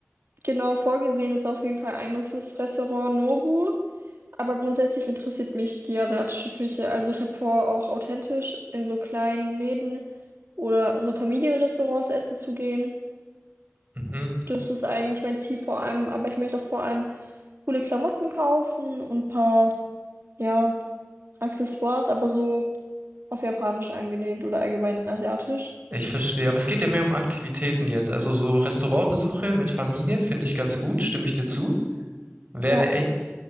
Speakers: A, on the right; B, on the right.
A: genau vorgesehen ist auf jeden Fall ein Luxusrestaurant Nobu. Aber grundsätzlich interessiert mich die asiatische Küche. Also ich habe vor, auch authentisch in so kleinen Läden oder so Familienrestaurants essen zu gehen.
B: Mhm.
A: Das ist eigentlich mein Ziel vor allem. Aber ich möchte auch vor allem coole Klamotten kaufen und ein paar, ja, Accessoires, aber so auf Japanisch angelehnt oder allgemein asiatisch.
B: Ich verstehe, aber es geht ja mehr um Aktivitäten jetzt. Also so Restaurantbesuche mit Familie finde ich ganz gut, stimme ich dir zu. Wäre
A: Ja.
B: eine, e,